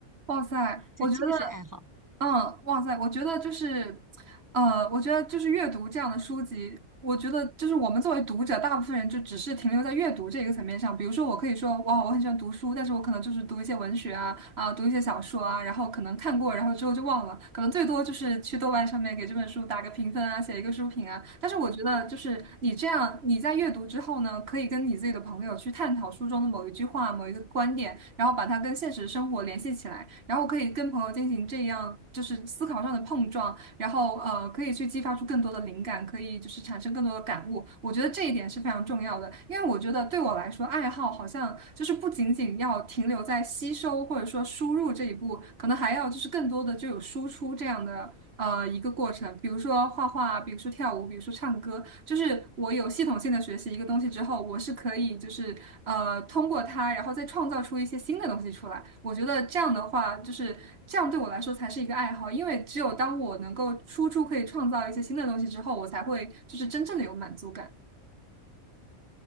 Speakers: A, on the right (about 50°); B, on the right (about 25°).
A: 哇塞，
B: 就这个是爱好，
A: 我觉得，嗯，哇塞，我觉得就是。呃，我觉得就是阅读这样的书籍，我觉得就是我们作为读者，大部分人就只是停留在阅读这一个层面上。比如说，我可以说哇，我很喜欢读书，但是我可能就是读一些文学啊，啊，读一些小说啊，然后可能看过，然后之后就忘了，可能最多就是去豆瓣上面给这本书打个评分啊，写一个书评啊。但是我觉得，就是你这样，你在阅读之后呢，可以跟你自己的朋友去探讨书中的某一句话、某一个观点，然后把它跟现实生活联系起来，然后可以跟朋友进行这样就是思考上的碰撞。然后呃，可以去激发出更多的灵感，可以就是产生更多的感悟。我觉得这一点是非常重要的，因为我觉得对我来说，爱好好像就是不仅仅要停留在吸收或者说输入这一步，可能还要就是更多的就有输出这样的呃一个过程，比如说画画，比如说。说跳舞，比如说唱歌，就是我有系统性的学习一个东西之后，我是可以就是呃通过它，然后再创造出一些新的东西出来。我觉得这样的话，就是这样对我来说才是一个爱好，因为只有当我能够输出可以创造一些新的东西之后，我才会就是真正的有满足感。